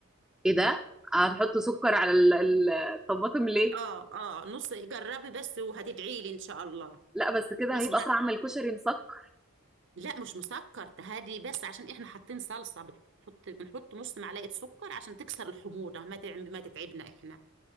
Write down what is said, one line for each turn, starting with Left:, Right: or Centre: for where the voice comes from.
Centre: ايه ده هنحط سكر على ال- ال- الطماطم ليه
Right: اه اه نص جربي بس وهتدعي لي ان شاء الله
Centre: لا بس كده
Right: نص
Centre: هيبقى
Right: مع...
Centre: طعم الكشري مسكر
Right: لا مش مسكر تهادي بس عشان احنا حاطين صلصة بنحط بنحط نص معلقة سكر عشان تكسر الحموضة ما تعب ما تتعبنا احنا